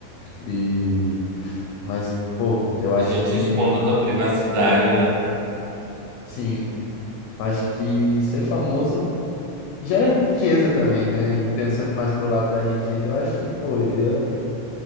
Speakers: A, on the left; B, on the right.
A: E... Mas, pô, eu acho
B: Gente,
A: que,
B: expondo a tua privacidade, né?
A: sim, eu acho que ser famoso gera riqueza também, né? E pensando mais pro lado da riqueza, eu acho que, pô, eu